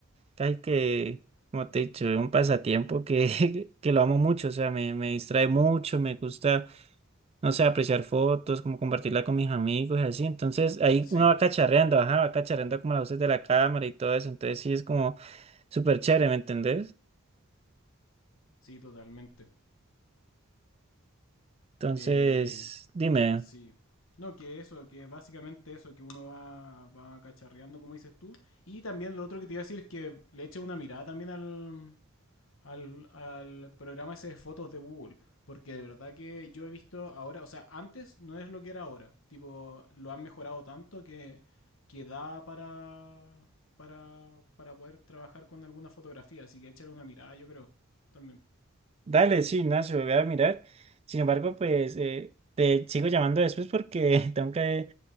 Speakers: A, on the right (about 30°); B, on the left (about 70°).
A: Casi que, como te he dicho, es un pasatiempo que, <laughs> que lo amo mucho, o sea, me, me distrae mucho, me gusta, no sé, apreciar fotos, como compartirla con mis amigos y así. Entonces, ahí
B: Sí,
A: uno va cacharreando, ajá, va cacharreando como las luces de la cámara y todo eso. Entonces, sí, es como súper chévere, ¿me entendés?
B: sí, totalmente.
A: Entonces,
B: Eh,
A: dime,
B: sí. No, que eso, que básicamente eso, que uno va, va cacharreando, como dices tú. Y también lo otro que te iba a decir es que le eche una mirada también al, al, al programa ese de fotos de Google. Porque de verdad que yo he visto ahora, o sea, antes no es lo que era ahora. Tipo, lo han mejorado tanto que, que da para, para, para poder trabajar con alguna fotografía. Así que échale una mirada, yo creo. También.
A: dale, sí, Ignacio, voy a mirar. Sin embargo, pues, eh, te sigo llamando después porque <laughs> tengo que